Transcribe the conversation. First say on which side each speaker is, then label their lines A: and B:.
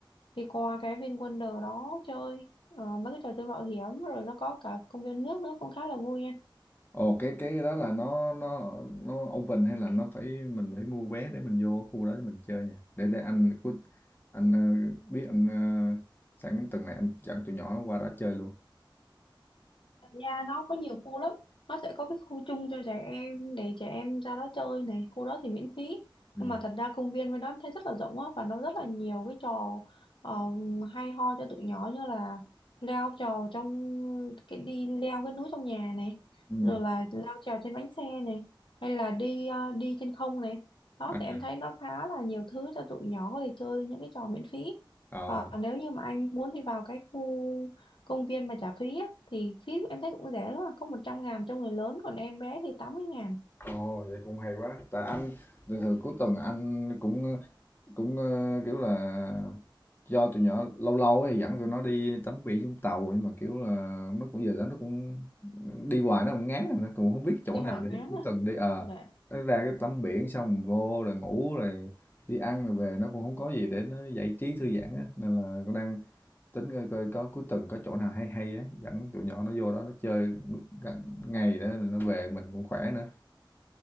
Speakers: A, on the left; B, on the left.
A: đi qua cái Vin Wonder đó chơi ờ, mấy cái trò chơi mạo hiểm rồi nó có cả công viên nước nữa cũng khá là vui
B: Ồ cái cái đó là nó nó nó open hay là nó phải mình phải mua vé để mình vô khu đó để mình chơi nha. Để để anh cứ anh ờ, biết anh ờ, sẵn tuần này anh dẫn tụi nhỏ qua đó chơi luôn.
A: Thật ra nó có nhiều khu lắm nó sẽ có cái khu chung cho trẻ em để trẻ em ra đó chơi này khu đó thì miễn phí
B: Ừ.
A: nhưng mà thật ra công viên bên đó em thấy rất là rộng á và nó rất là nhiều cái trò ờ, hay ho cho tụi nhỏ như là leo trò trong cái đi leo cái núi trong nhà này
B: Ừ.
A: rồi là leo trèo trên bánh xe này hay là đi ờ, đi trên không này đó
B: À.
A: thì em thấy nó khá là nhiều thứ cho tụi nhỏ có thể chơi những cái trò miễn phí
B: Ờ.
A: và nếu như mà anh muốn đi vào cái khu công viên mà trả phí á, thì phí em thấy cũng rẻ lắm à, có một trăm ngàn cho người lớn còn em bé thì tám mươi ngàn
B: Ồ vậy cũng hay quá. Tại anh thường thường cuối tuần anh cũng cũng ờ, kiểu là do tụi nhỏ lâu lâu thì dẫn tụi nó đi tắm biển Vũng Tàu nhưng mà kiểu là nó cũng giờ đó nó cũng đi hoài nó cũng ngán rồi, nó cũng không biết chỗ
A: đi
B: nào
A: Hoài
B: để
A: Ngán
B: cuối
A: à
B: tuần đi ờ
A: Dạ.
B: nó ra cái tắm biển xong vô rồi ngủ rồi đi ăn rồi về nó cũng không có gì để nó giải trí thư giãn á nên là cũng đang tính coi coi có cuối tuần có chỗ nào hay hay á dẫn tụi nhỏ nó vô đó nó chơi gần ngày đó rồi nó về mình cũng khỏe nữa